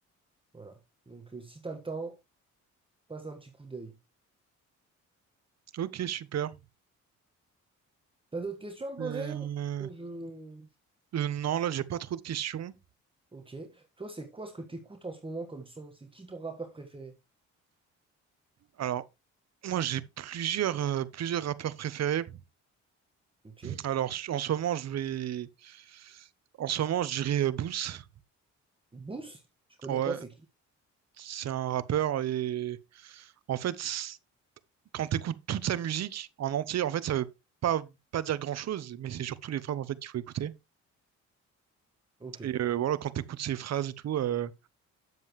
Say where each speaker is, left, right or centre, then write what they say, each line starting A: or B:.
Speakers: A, on the right; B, on the right.
A: voilà. Donc, euh, si t'as le temps, passe un petit coup d'œil.
B: Ok, super.
A: T'as d'autres questions à me poser
B: Euh,
A: ou... ou je-
B: euh, non, là, j'ai pas trop de questions.
A: Ok. Toi, c'est quoi ce que t'écoutes en ce moment comme son? C'est qui ton rappeur préféré?
B: Alors, moi, j'ai plusieurs, euh, plusieurs rappeurs préférés.
A: Ok.
B: Alors, su- en ce moment, je vais, en ce moment, je dirais euh, Boost.
A: Bous? Je connais
B: Ouais,
A: pas, c'est qui?
B: c'est un rappeur et en fait, c- quand t'écoutes toute sa musique en entier, en fait, ça veut pas, pas dire grand-chose, mais c'est surtout les phrases en fait qu'il faut écouter.
A: Ok,
B: Et euh, voilà, quand t'écoutes ses phrases et tout, euh,